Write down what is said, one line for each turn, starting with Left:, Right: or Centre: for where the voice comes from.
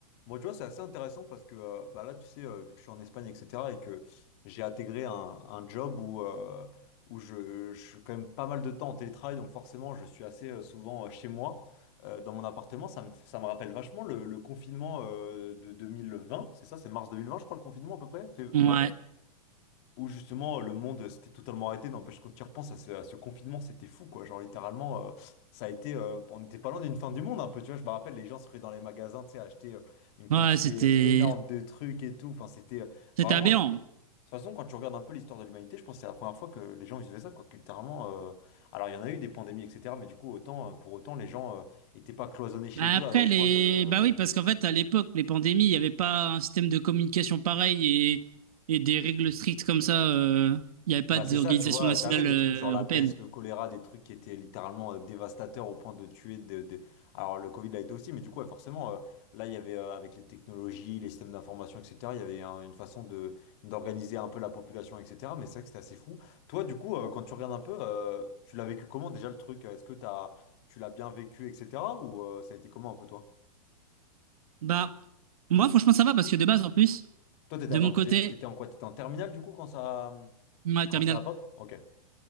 Left: Bon, tu vois, c'est assez intéressant parce que euh, bah là, tu sais, euh, vu que je suis en Espagne, etc., et que j'ai intégré un, un job où, euh, où je, je suis quand même pas mal de temps en télétravail, donc forcément, je suis assez euh, souvent euh, chez moi, euh, dans mon appartement. Ça me, ça me rappelle vachement le, le confinement euh, de 2020, c'est ça, c'est mars 2020, je crois, le confinement à peu près? Fait-
Right: Ouais,
Left: ouais, où justement euh, le monde s'était totalement arrêté. N'empêche, quand tu y repenses à ce, à ce confinement, c'était fou, quoi. Genre littéralement, euh, ça a été, euh, on n'était pas loin d'une fin du monde un peu, tu vois. Je me rappelle, les gens se ruaient dans les magasins, tu sais, acheter euh, une
Right: ouais,
Left: quantité
Right: c'était
Left: énorme de trucs et tout. Enfin, c'était euh,
Right: c'était
Left: vraiment.
Right: aberrant.
Left: je- De toute façon, quand tu regardes un peu l'histoire de l'humanité, je pense que c'est la première fois que les gens vivaient ça, quoi. Que littéralement, euh, alors il y en a eu des pandémies, etc. Mais du coup, autant, euh, pour autant, les gens n'étaient pas cloisonnés chez
Right: Bah
Left: eux
Right: après
Left: à- au
Right: les
Left: point de, euh,
Right: bah oui parce qu'en fait à l'époque les pandémies, il n'y avait pas un système de communication pareil et et des règles strictes comme ça, euh, il n'y avait pas
Left: Bah
Right: d'organisation
Left: c'est ça, tu vois,
Right: nationale
Left: t'avais des
Right: euh,
Left: trucs genre la
Right: européenne.
Left: peste, le choléra, des trucs qui étaient littéralement euh, dévastateurs au point de tuer de des- Alors le Covid l'a été aussi, mais du coup, ouais, forcément, euh, là, il y avait, euh, avec les technologies, les systèmes d'information, etc., il y avait un- une façon de d'organiser un peu la population, etc., mais c'est vrai que c'était assez fou. Toi, du coup, euh, quand tu regardes un peu, euh, tu l'as vécu comment déjà le truc? Est-ce que t'as... tu l'as bien vécu, etc., ou euh, ça a été comment un peu toi?
Right: Bah moi franchement ça va parce que de base en plus
Left: Toi, t'étais,
Right: de
Left: attends,
Right: mon côté,
Left: t'étais, t'étais en quoi? T'étais en terminale, du coup, quand ça...
Right: ma
Left: quand
Right: terminale.
Left: ça a pop? Ok.